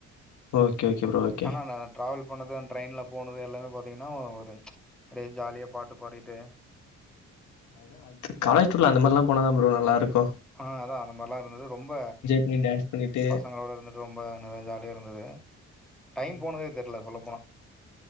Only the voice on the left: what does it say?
ஓகே ஓகே ப்ரோ ஓகே
அதா அது காலேஜ் டூர்ல அந்த மாரிலா போனா தா ப்ரோ நல்லா இருக்கு
பண்ணி டான்ஸ் பண்ணிட்டு
ம்